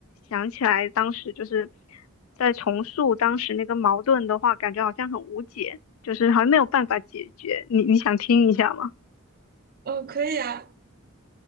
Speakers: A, on the left (about 70°); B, on the right (about 45°).
A: 想起来当时就是在重塑当时那个矛盾的话，感觉好像很无解，就是好像没有办法解决。你你想听一下吗？
B: 嗯，可以啊。